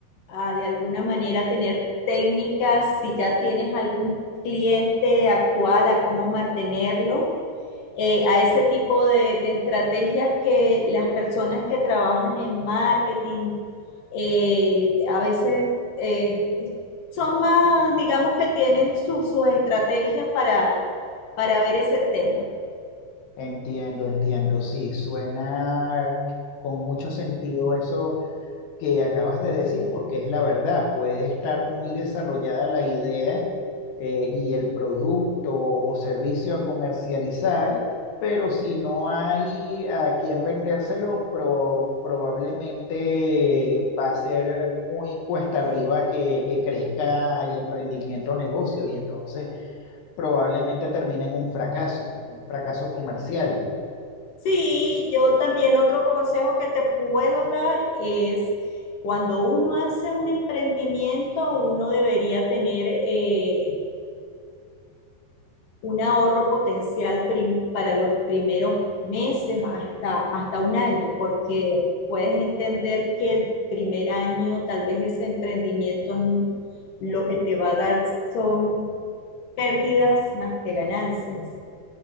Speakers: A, on the left (about 60°); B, on the left (about 80°).
A: a de alguna manera tener técnicas, si ya tienes algún cliente actual, a cómo mantenerlo eh, a ese tipo de, de, estrategias que las personas que trabajan en marketing eh, a veces eh, son más, digamos que tienen su, sus estrategias para, para ver ese tema.
B: Entiendo, entiendo. Sí, suena con mucho sentido eso que acabas de decir porque es la verdad. Puede estar muy desarrollada la idea eh, y el producto o servicio a comercializar, pero si no hay a quien vendérselo, pro- probablemente va a ser muy cuesta arriba que, que crezca el emprendimiento o negocio. Y entonces probablemente termina en un fracaso, un fracaso comercial.
A: Sí, yo también otro consejo que te puedo dar es cuando uno hace un emprendimiento, uno debería tener eh, un ahorro potencial prim- para los primeros meses hasta, hasta un año, porque puedes entender que el primer año tal vez ese emprendimiento n- lo que te va a dar son pérdidas más que ganancias.